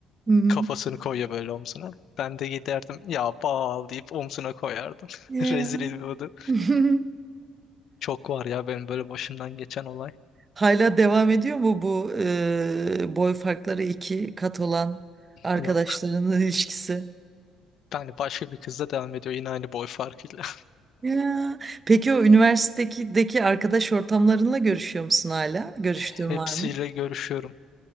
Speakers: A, on the right; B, on the left.
A: hı hı.
B: Kafasını koyuyor böyle omzuna. Ben de giderdim ya bal deyip omzuna koyardım.
A: Ya.
B: <laughs> Rezil ediyordu.
A: <laughs>
B: Çok var ya benim böyle başımdan geçen olay.
A: Hala devam ediyor mu bu e, boy farkları iki kat olan arkadaşlarının
B: Yok.
A: ilişkisi?
B: Yani başka bir kızla devam ediyor yine aynı boy farkıyla.
A: Ya. Peki o üniversitedeki deki arkadaş ortamlarınla görüşüyor musun hala? Görüştüğün
B: <laughs> Hepsiyle
A: var mı?
B: görüşüyorum.